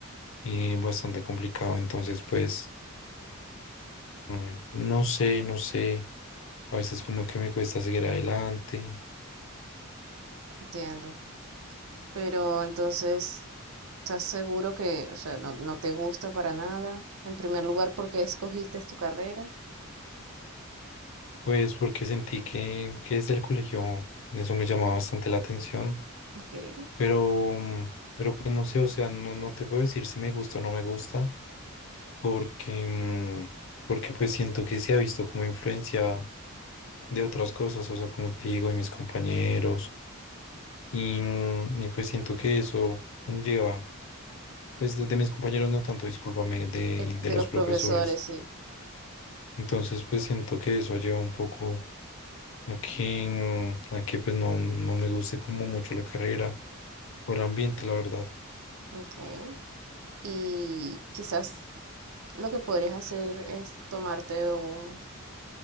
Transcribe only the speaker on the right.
Entiendo. Pero entonces, ¿estás seguro que, o sea, no, no te gusta para nada? En primer lugar, porque escogiste tu carrera?
okay
De, de
los
profesores, sí.
okay Y quizás lo que podrías hacer es tomarte un,